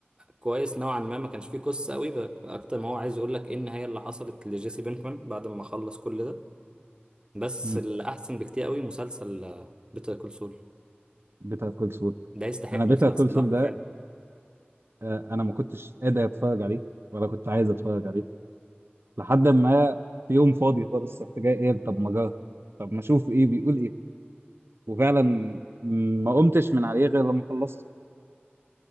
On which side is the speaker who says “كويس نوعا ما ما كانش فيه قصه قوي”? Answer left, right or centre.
Right